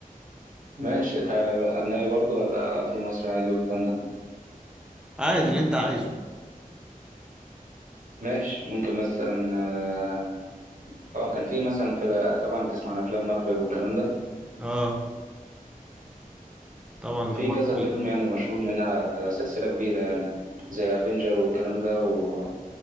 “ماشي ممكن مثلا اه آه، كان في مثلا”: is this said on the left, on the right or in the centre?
Right